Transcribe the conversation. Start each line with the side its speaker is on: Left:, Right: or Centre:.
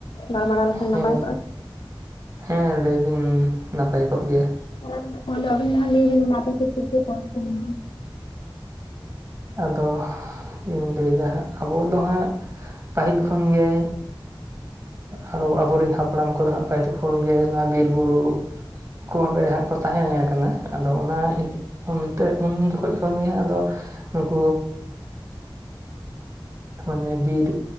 Left: ᱜᱟᱞᱢᱟᱨᱟᱣ ᱞᱮᱠᱷᱟᱱ
Right: ᱦᱮᱸ
Left: ᱱᱟᱯᱟᱭ ᱠᱚᱜ-ᱟ
Right: ᱦᱮᱸ ᱞᱟᱹᱭ ᱵᱤᱱ ᱱᱟᱯᱟᱭ ᱠᱚᱜ ᱜᱮᱭᱟ᱾
Left: <unintelligible> ᱯᱳᱭᱞᱳ ᱟᱵᱤᱱ ᱞᱟᱦᱟ ᱞᱟᱹᱭᱵᱤᱱ ᱚᱱᱟ ᱟᱯᱮᱥᱮᱫ ᱪᱮᱫ ᱪᱮᱫ ᱯᱚᱨᱚᱯ ᱠᱚ ᱢᱮᱱᱟᱜ-ᱟ᱾
Right: ᱟᱫᱚ ᱤᱧ ᱞᱟᱹᱭ ᱫᱟ ᱦᱟᱸᱜ ᱟᱵᱚ ᱫᱚ ᱦᱟᱸᱜᱼᱼ ᱯᱟᱹᱦᱤᱞ ᱠᱷᱚᱱ ᱜᱮ᱾ ᱟᱨᱚ ᱟᱵᱚᱨᱤᱱ ᱦᱟᱯᱲᱟᱢ ᱠᱚᱫᱚ ᱦᱟᱸᱜ ᱯᱟᱹᱦᱤᱞ ᱠᱷᱚᱱ ᱜᱮ ᱚᱱᱟ ᱵᱤᱨᱵᱩᱨᱩᱼᱼ ᱠᱚ ᱵᱮ ᱦᱟᱸᱜ ᱠᱚ ᱛᱟᱦᱮᱸ ᱠᱟᱱᱟ ᱟᱫᱚ ᱚᱱᱟ ᱤᱫᱤ ᱚᱱᱛᱮ ᱩᱱ ᱡᱚᱠᱷᱚᱡᱼᱼ ᱠᱷᱚᱱ ᱜᱮᱦᱟᱜ ᱟᱫᱚ ᱱᱩᱠᱩ ᱢᱟᱱᱮ ᱵᱤᱨᱼᱼ